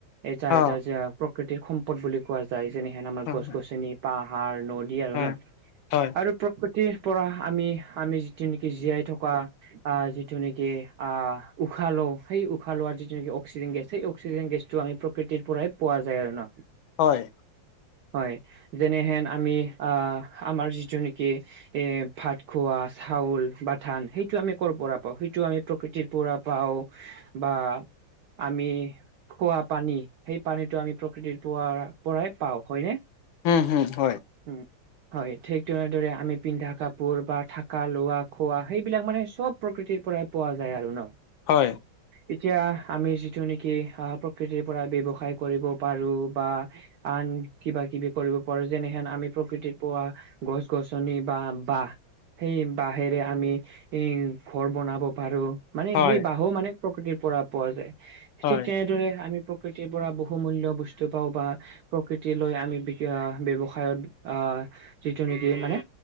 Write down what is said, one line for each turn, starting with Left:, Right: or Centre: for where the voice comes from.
Right: এটা
Left: অ
Right: এটা যে প্ৰকৃতিৰ সম্পদ বুলি কোৱা যায়, যেনেহেন আমাৰ
Left: হয়
Right: গছ-গছনি, পাহাৰ, নদী দী আৰু
Left: হয়
Right: ন।
Left: হয়
Right: আৰু প্ৰকৃতিৰ পৰা আমি, আমি যিটো নেকি জীয়াই থকা আহ যিটো নেকি আহ উশাহ লওঁ, সেই উশাহ লোৱাৰ যিটো নেকি অক্সিজেন গেছ, সেই অক্সিজেন গেছ টো আমি, প্ৰকৃতিৰ পৰাই পোৱা যায় আৰু ন।
Left: হয়।
Right: হয়, যেনেহেন আমি আহ আমাৰ যিটো নেকি এ ভাত খোৱা চাউল বা ধান সেইটো আমি কৰ' পৰা পাও? সেইটো আমি প্ৰকৃতিৰ পৰা পাও। বা আমি খোৱা পানী সেই পানীটো আমি প্ৰকৃতিৰ পোৱা পৰাই পাওঁ হয়নে?
Left: উম হুম হয়।
Right: উম! হয়, ঠিক তেনেদৰে আমি পিন্ধা কাপোৰ বা থাকা লোৱা খোৱা সেইবিলাক মানে চব প্ৰকৃতিৰ পৰাই পোৱা যায় আৰু ন?
Left: হয়।
Right: এতিয়া আমি যিটো নেকি আহ প্ৰকৃতিৰ পৰা ব্যৱসায় কৰিব পাৰো বা আন কিবা কিবি কৰিব পাৰোঁ, যেনেহেন আমি প্ৰকৃতিত পোৱা গছ গছনি বা বাঁহ সেই বাঁহেৰে আমি এই ঘৰ বনাব পাৰো। মানে
Left: হয়
Right: সেই বাঁহো মানে প্ৰকৃতিৰ পৰা পোৱা যায়।
Left: হয়
Right: ঠিক তেনেদৰে আমি প্ৰ প্ৰকৃতিৰ পৰা বহু মূল্য বস্তু পাওঁ বা, প্ৰকৃতি লৈ আমি বি আ ব্যৱসায়ত আহ যিটো নেকি মানে